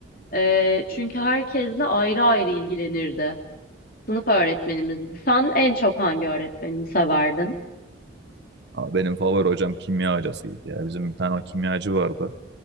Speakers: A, on the left; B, on the right.
A: Ee, çünkü herkesle ayrı ayrı ilgilenirdi. Sınıf öğretmenimizdi. Sen en çok hangi öğretmenini severdin?
B: Ama benim favori hocam kimya hocasıydı ya. Bizim bir tane kimyacı vardı.